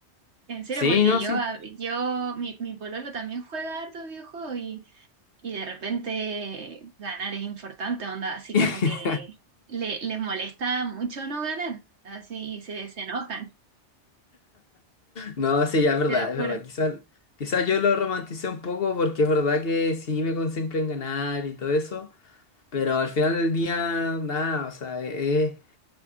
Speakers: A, on the right (about 70°); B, on the left (about 55°).
A: En serio,
B: Sí,
A: porque
B: no,
A: yo,
B: sí.
A: a- yo, mi, mi pololo también juega harto videojuegos y, y de repente ganar es importante, onda, así
B: <laughs>
A: como que le, les molesta mucho no ganar, así se, se enojan,
B: No, sí, ya es verdad,
A: te lo
B: es
A: juro.
B: verdad. Quizás quizás yo lo romanticé un poco porque es verdad que sí me concentro en ganar y todo eso. Pero al final del día, nada, o sea, es.